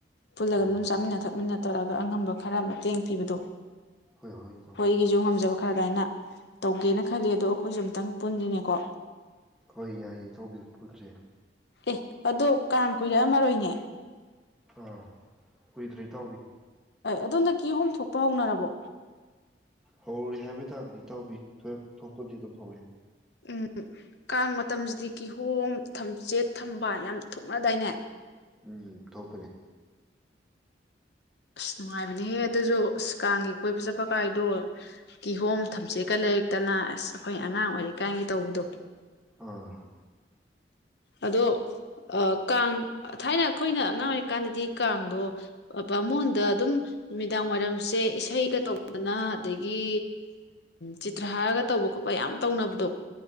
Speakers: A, on the left; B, in the centre.
A: ꯄꯨꯜꯂꯒ
B: ꯍꯣꯏ
A: ꯑꯗꯨꯝ
B: ꯍꯣꯏ
A: ꯆꯥꯃꯤꯟꯅ ꯊꯛꯃꯤꯟꯅ ꯇꯧꯔꯒ ꯑꯉꯝꯕ ꯈꯔ ꯃꯇꯦꯡ ꯄꯤꯕꯗꯣ꯫
B: ꯍꯣꯏ ꯏꯇꯥꯎꯕꯤ
A: ꯍꯣꯏ ꯑꯩꯒꯤꯁꯨ ꯉꯝꯖꯕ ꯈꯔ ꯑꯗ꯭ꯋꯥꯏꯅ꯫ ꯇꯧꯒꯦꯅ ꯈꯜꯂꯤ ꯑꯗꯣ ꯑꯩꯈꯣꯏꯁꯨ ꯑꯝꯇꯪ ꯄꯨꯟꯁꯤꯅꯦꯀꯣ꯫
B: ꯍꯣꯏ ꯌꯥꯏꯌꯦ ꯇꯥꯎꯕꯤ ꯄꯨꯟꯁꯦ꯫
A: ꯑꯦ ꯑꯗꯣ ꯀꯥꯡ ꯀꯨꯏꯔꯛꯑꯃꯔꯣꯏꯅꯦ꯫
B: ꯑꯥ ꯀꯨꯏꯗ꯭ꯔꯦ ꯏꯇꯥꯎꯕꯤ꯫
A: ꯑꯗꯣꯝꯗ ꯀꯤꯍꯣꯝ ꯊꯣꯛꯄ ꯍꯧꯅꯔꯕꯣ꯫
B: ꯍꯧꯔꯦ ꯍꯥꯏꯕ ꯇꯥꯕꯅꯤ ꯇꯥꯎꯕꯤ ꯊꯣꯛꯄꯗꯤ ꯑꯗꯨꯝ ꯍꯧꯔꯦ꯫
A: ꯎꯝ ꯀꯥꯡ ꯃꯇꯝꯁꯤꯗꯤ ꯀꯤꯍꯣꯝ ꯊꯝꯆꯦꯠ ꯊꯝꯕꯥꯟ ꯌꯥꯝ ꯊꯣꯛꯅꯗꯥꯏꯅꯦ꯫
B: ꯎꯝ ꯊꯣꯛꯄꯅꯦ꯫
A: ꯑꯁ ꯅꯨꯡꯉꯥꯏꯕꯅꯦꯍꯦ ꯑꯗꯨꯁꯨ ꯑꯁ ꯀꯥꯡꯒꯤ ꯀꯣꯏꯕ ꯆꯠꯄ ꯀꯥꯏꯗꯣ ꯀꯤꯍꯣꯝ ꯊꯝꯆꯦꯠꯀ ꯂꯩꯔꯛꯇꯅ ꯑꯁ ꯑꯩꯈꯣꯏ ꯑꯉꯥꯡ ꯑꯣꯏꯔꯤ ꯀꯥꯟꯒꯤ ꯇꯧꯕꯗꯣ꯫
B: ꯑꯥ꯫
A: ꯑꯗꯣ ꯑ ꯀꯥꯡ ꯊꯥꯏꯅ ꯑꯩꯈꯣꯏꯅ ꯑꯉꯥꯡ ꯑꯣꯏꯔꯤꯀꯥꯟꯗꯗꯤ ꯀꯥꯡꯗꯣ ꯕꯥꯃꯣꯟꯗ ꯑꯗꯨꯝ ꯅꯨꯃꯤꯗꯥꯡ ꯋꯥꯏꯔꯝꯁꯦ ꯏꯁꯩꯒ ꯇꯧꯗꯅ ꯑꯗꯒꯤ ꯆꯤꯇ꯭ꯔꯍꯥꯔꯒ ꯇꯧꯕ ꯈꯣꯠꯄ ꯌꯥꯝ ꯇꯧꯅꯕꯗꯣ꯫